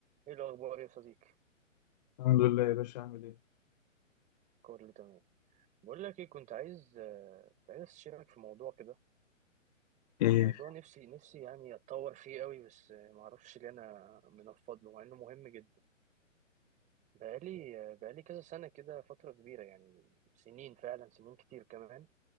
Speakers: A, on the right (about 20°); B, on the left (about 30°).
A: ايه الاخبار يا صديقي
B: الحمد لله يا باشا عامل ايه
A: كله تمام بقول لك ايه كنت عايز آه، كنت عايز استشيرك في موضوع كده
B: ايه
A: موضوع نفسي نفسي يعني اتطور فيه قوي بس آه، ما اعرفش ليه انا منفض له مع انه مهم جدا بقالي آه، بقالي كذا سنه كده فتره كبيره يعني سنين فعلا سنين كتير كمان